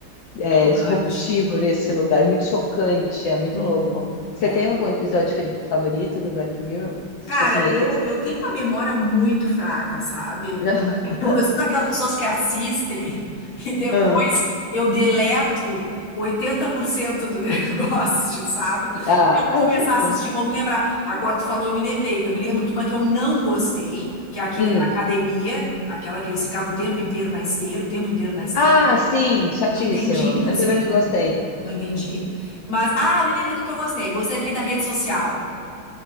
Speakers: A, on the left; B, on the left.
A: é,
B: Chocante.
A: disruptivo nesse lugar, muito chocante, é muito
B: Uhum.
A: louco. Você
B: É.
A: tem algum episódio fe- favorito do Black Mirror? Você,
B: Cara,
A: tipo assim,
B: eu,
A: esse que você
B: eu
A: fala.
B: tenho uma memória muito fraca, sabe?
A: <laughs>
B: Eu, eu sou daquelas pessoas que assistem e depois
A: Ah,
B: eu deleto 80% do <laughs> negócio, sabe? Se
A: ah,
B: eu começar
A: às vezes é
B: a assistir,
A: bom.
B: eu vou me lembrar. Agora tu falou, eu me lembrei. Eu me lembro de uma que eu não gostei, que é aquele
A: Hum.
B: da academia, aquela que eles ficavam o tempo inteiro na esteira, o tempo inteiro na esteira.
A: Ah, sim, chatíssimo.
B: Não entendi, inclusive,
A: Eu também não
B: não,
A: gostei.
B: não entendi. Mas, ah, me lembrei do que eu gostei. Gostei aquele da rede social.